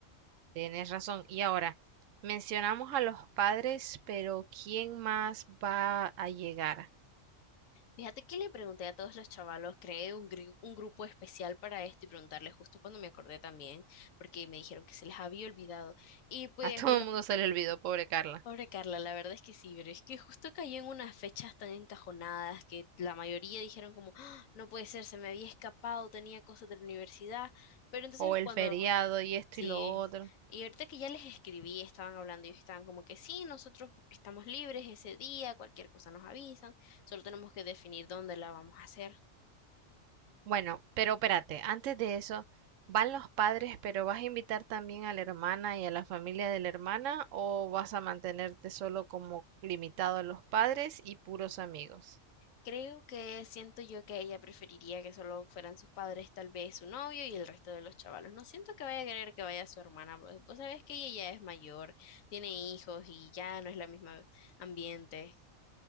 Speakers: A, on the right (about 75°); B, on the left (about 80°).
A: Tienes razón. Y ahora, mencionamos a los padres, pero ¿quién más va a llegar?
B: Fíjate que le pregunté a todos los chavalos, creé un, gri- un grupo especial para esto y y preguntarles justo cuando me me acordé también, porque me dijeron que se les había olvidado Y pues
A: A todo el mundo se le olvidó, pobre Carla.
B: Pobre Carla, la verdad es que sí, pero es que justo cayó en unas fechas tan encajonadas que la mayoría dijeron como, "Ah, no puede ser, se me había escapado, tenía cosas de la universidad, pero entonces
A: O el
B: cuando,
A: feriado y esto
B: sí,
A: y lo otro.
B: y ahorita que ya les escribí, estaban hablando y ellos estaban como que sí, nosotros estamos libres ese día, cualquier cosa nos avisan, solo tenemos que definir dónde la vamos a hacer.
A: Bueno, pero espérate, antes de eso, ¿van los padres, pero vas a invitar también a la hermana y a la familia de la hermana o vas a mantenerte solo como limitado a los padres y puros amigos?
B: Creo que siento yo que ella preferiría que solo fueran sus padres, tal vez su novio y el resto de los chavalos. No siento que vaya a querer que vaya su hermana. Vos vos sabés que ella ya es mayor, tiene hijos y ya no es la misma ambiente.